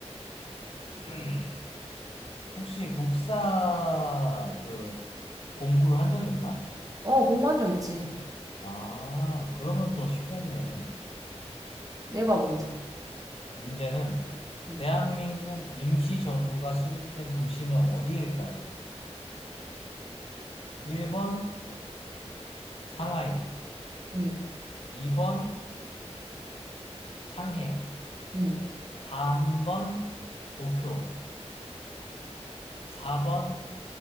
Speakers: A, on the left; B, on the right.
A: <clears throat> 혹시 국사 그 공부를 한 적이 있나?
B: 어, 공부한 적 있지.
A: 아, 그러면 더 쉽겠네.
B: 내봐, 문제.
A: 문제는
B: 응,
A: 대한민국 임시정부가 수립된 도시는 어디일까요? 1번 상하이,
B: 응,
A: 2번 상해,
B: 응.
A: 3번 도쿄, 4번